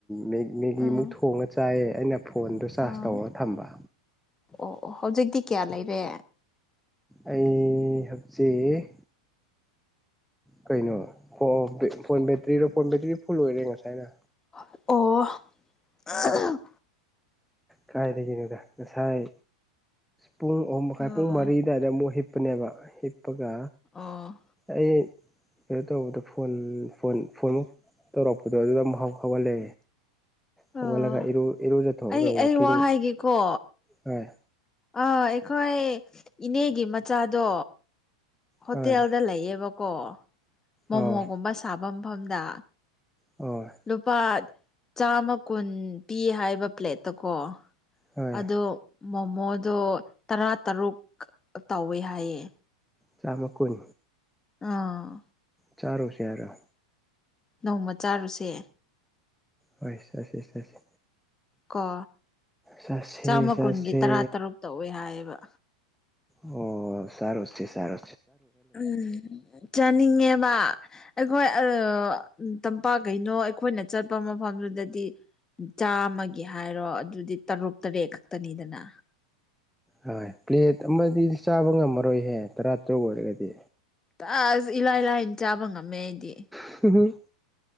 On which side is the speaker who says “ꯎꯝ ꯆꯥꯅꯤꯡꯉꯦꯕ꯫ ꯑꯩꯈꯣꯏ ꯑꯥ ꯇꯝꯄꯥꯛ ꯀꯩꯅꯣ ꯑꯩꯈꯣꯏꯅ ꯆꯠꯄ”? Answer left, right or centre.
Left